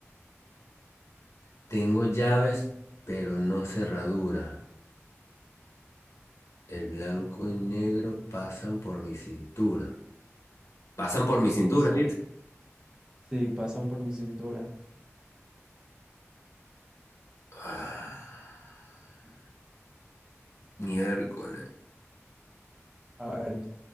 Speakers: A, on the left (about 70°); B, on the right (about 15°).
A: Tengo llaves, pero no cerradura. El blanco y negro pasan por mi cintura. ¿Pasan por mi cintura,
B: Exacto.
A: dice?
B: Sí, pasan por mi cintura.
A: Ah, miércoles.
B: A ver,